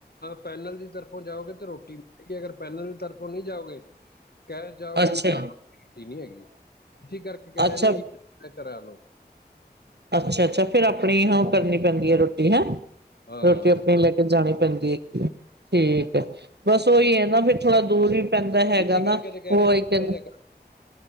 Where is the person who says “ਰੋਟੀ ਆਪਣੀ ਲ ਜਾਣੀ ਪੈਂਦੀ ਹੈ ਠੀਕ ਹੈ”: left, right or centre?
Right